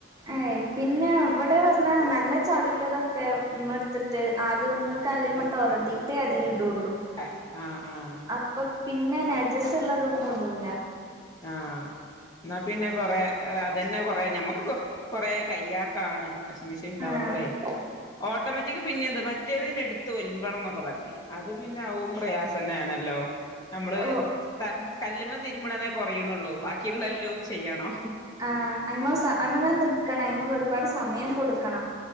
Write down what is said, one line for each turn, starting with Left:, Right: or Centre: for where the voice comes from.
Right: ഏയ് പിന്നെ ഇവിടെ പറഞ്ഞാ നല്ല ചളി ഉള്ളതൊക്കെ ഇമ്മട് ത്തിട്ട് ആദ്യൊന്ന് കല്ല്മ്മെട്ട് ഒരതീട്ടേ അതിൽ ഇടുള്ളൂ
Left: ആഹ് ആഹ്
Right: അപ്പൊ പിന്നെ നജസ് ഉള്ളതൊന്നും ഇടൂല
Left: ആഹ് എന്നാ പിന്നെ കൊറേ അതന്നെ കൊറേ ഞമ്മക്ക് കൊറേ കയ്യാക്കാണ് വാഷിംഗ് മെഷീൻ ണ്ടാവുമ്പളേ
Right: ആഹ്
Left: ഓട്ടോമാറ്റിക്ക് പിന്നെ എന്ത് മറ്റേത് എടുത്ത് ഒൽമ്പണം എന്നൊക്കെ പറഞ്ഞഞ് അത് പിന്നെ ആവും പ്രയാസ ന്നെയ ആണല്ലോ നമ്മള്
Right: ഓ
Left: കല്ല്മ തിരുമ്മണേ കുറയുന്നുള്ളൂ ക്കിയുള്ളല്ലോ ചെയ്യണോ
Right: ആഹ് അയ്മ അമ്മ ഞാൻ നക്കണം അയ്മക്ക് ഒരുപാട് സമയം കൊടുക്കണം